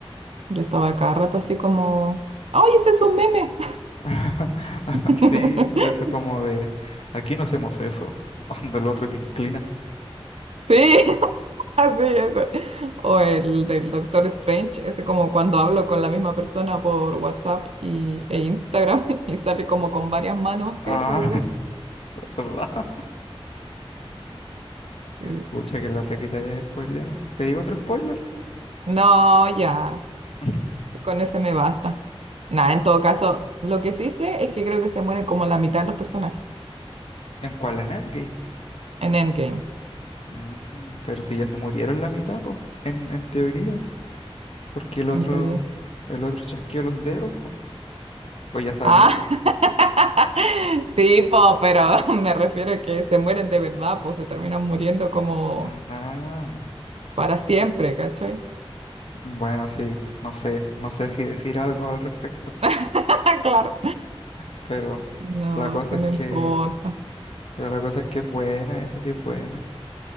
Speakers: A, on the right; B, on the left.
A: Yo estaba cada rato así como, ¡ay, ese es un meme!
B: <laughs>
A: <laughs>
B: Sí, eso como de aquí no hacemos eso, <laughs> cuando el otro se inclina.
A: Sí, Así, ese. O el del Doctor Strange, ese como cuando hablo con la misma persona por WhatsApp y, e Instagram <laughs> y sale como con varias manos así
B: Ah,
A: alrededor.
B: <laughs> ¿verdad?
A: Sí.
B: Pucha, que lata que te haya spoileado. ¿Te digo otro spoiler?
A: No, ya,
B: <laughs>
A: sí, con ese me basta. Nada, en todo caso, lo que sí sé es que creo que se mueren como la mitad de los personajes
B: ¿En cuál? En Endgame.
A: en Endgame,
B: Mm, pero si ya se murieron la mitad, po. En, en teoría. Porque el otro,
A: en teoría.
B: el otro chasqueó los dedos, po. O ya sabí,
A: Ah, <laughs> sí, po, pero <laughs> me refiero a que se mueren de verdad, pues se terminan muriendo como
B: Ah,
A: para siempre, ¿cachai?
B: bueno, sí, no sé, no sé si decir algo al respecto,
A: <laughs> Claro.
B: pero
A: No,
B: la cosa
A: sí,
B: es
A: no
B: que,
A: importa.
B: pero la cosa es que es buena, esa sí es buena.